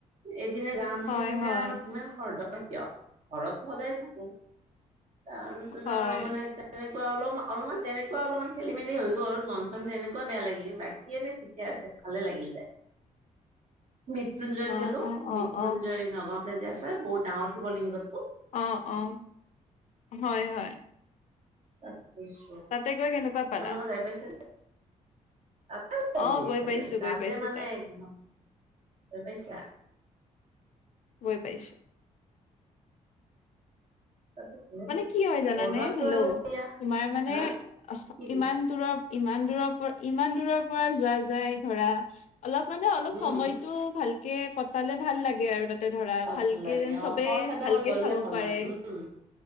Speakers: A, on the right; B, on the left.
A: এদিনা যাম
B: হয়
A: সেইদিনা
B: হয়
A: আৰু ইমান খৰ ধৰ অ কিয়? ঘৰত সদায় থাকো তাৰপিছত
B: হয়
A: আৰু মানে এ তেনেকুৱা অলপ অলপমান তেনেকুৱা অলমান খেলি - মেলি হৈ গ'ল, অলপ মন- চন তেনেকুৱা বেয়া লাগি গল বাকী এনে ঠিকে আছে। ভালে লাগিল যায়।
B: <inaudible>
A: মৃত্যুঞ্জয়ত
B: অ
A: গলো,
B: অ অ
A: মৃত্যুঞ্জয়
B: অ
A: নগাঁৱতে যে আছে বহুত ডাঙৰ শিৱ লিংগটো।
B: অঁ', অঁ', হয়, হয়।
A: তাত গৈছো
B: তাতে গৈ কেনেকুৱা
A: তোমালোকে
B: পালা
A: যাই পাইছ নে? <inaudible>
B: অ
A: বহুত
B: গৈ
A: ভাল
B: পাইছো
A: লাগি তাতে
B: গৈ পাইছো
A: মানে
B: তাত
A: একদম গৈ পাইছা?
B: গৈ পাইছো।
A: তাতে ভালে
B: মানে
A: লাগে
B: কি হয় জানানে
A: বৰদোৱাতটো
B: হেল্ল'?
A: আৰু এয়া
B: তোমাৰ মানে
A: হা কি কৈছা
B: ইমান দূৰৰ ইমান দূৰৰ পৰা ইমান দূৰৰ পৰা যোৱা যায় ধৰা অলপ মানে অলপ
A: উম
B: সময়টো ভালকে কটালে ভাল লাগে আৰু তা তে ধৰা
A: ভাল
B: ভালকে
A: লাগে
B: যেন
A: অ
B: চবেই
A: খৰখেদা
B: ভালকে
A: কৰি গ'লে
B: চাব
A: ভাল
B: পাৰে।
A: লাগে উম